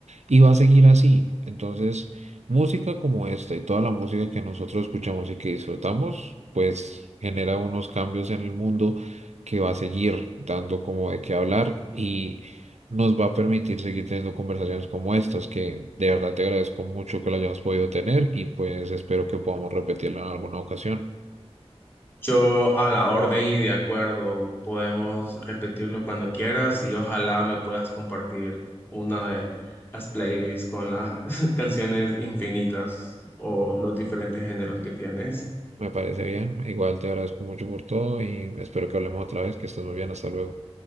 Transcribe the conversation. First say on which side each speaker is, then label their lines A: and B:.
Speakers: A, on the right; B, on the left.
A: Y va a seguir así. Entonces, música como esta y toda la música que nosotros escuchamos y que disfrutamos, pues genera unos cambios en el mundo que va a seguir dando como de qué hablar y nos va a permitir seguir teniendo conversaciones como estas, que de verdad te agradezco mucho que lo hayamos podido tener y pues espero que podamos repetirlo en alguna ocasión.
B: Yo a la orden y de acuerdo, podemos repetirlo cuando quieras y ojalá me puedas compartir una de las playlists con las <laughs> canciones infinitas o los diferentes géneros que tienes.
A: Me parece bien. Igual te agradezco mucho por todo y espero que hablemos otra vez, que estés muy bien. Hasta luego.